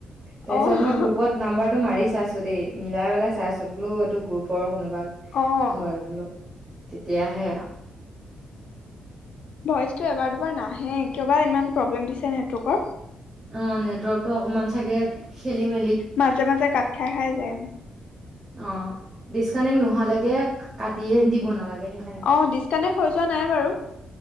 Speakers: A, on the right; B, on the left.
A: তাৰপিছত
B: অ',
A: মই গ্ৰুপত নাম্বাৰ মাৰি চাইছো দেই, মিলাই পেলাই চাইছো, বোলো এইটো গ্ৰুপৰে কোনো বা
B: অ',
A: হয় বুলো। তেতিয়াহে আও
B: ভইচটো এবাৰ দুবাৰ নাহে কিয়বা ইমান প্ৰব্লেম দিছে নেটৱৰ্কৰ।
A: অ', নেটৱৰ্কতটো অকমান চাগে খেলি মেলি
B: মাজে মাজে কঠ খাই খাই যায়।
A: অ ডিচকানেক্ট নোহোৱালৈকে কাটিয়ে দিব নালাগে। সেইকাৰণে
B: অ', ডিচকানেক্ট হৈ যোৱা নাই বাৰু